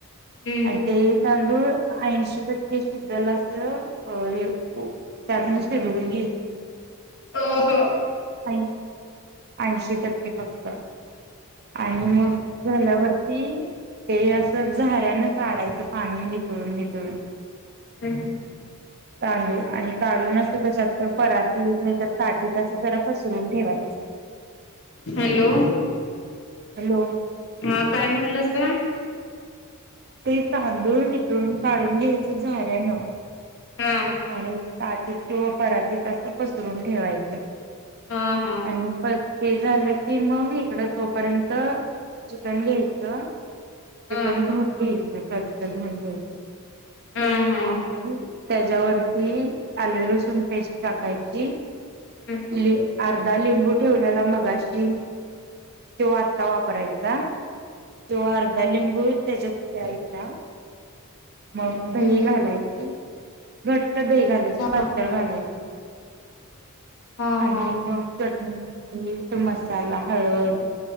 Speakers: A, on the left; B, on the right.
A: हम्म
B: आणि ते तांदूळ ऐंशी टक्के शिजल अस त्यातूनिडवून घे
A: हो
B: ह ऐंशी टक्के फक्त आणि मग झाल्यावरती ते असं झाऱ्यान काढायचं पाणी नटून निटून
A: हम्
B: तांदूळ आणि काढून नसत तशत तर परात येत नाही तर सा तस जरा पसरून ठेवायचं
A: हॅलो
B: हॅलो
A: हा काय म्हणलं अस
B: ते तांदूळ नििकळून काढून घ्यायचं झाऱ्यानं
A: हां.
B: आणि तटत किंवा परातीत असं पसरून ठेवायचं.
A: हा हा
B: आणि प. ते झालं की मग इकडं तोपर्यंत चिकन घ्यायचं. चिकन
A: हा
B: धुऊन घ्यायचं स्वच्छ धुऊन घ्यायचं
A: हम हम.
B: आणि त्याच्यावरती आले लसूण पेस्ट टाकायची.
A: हम्म
B: ल <inaudible> अर्धा लिंबू ठेवलेला मगाशी तो आत्ता वापरायचा. तो अर्धा लिंबू तिच्यात पिळायचा. मग दही
A: हम्म
B: घालायची. घट्ट दही घालायचे
A: हा
B: पातळ घालायचे
A: हा
B: आणि
A: हा
B: मग. चटणी मीठ मसाला हळद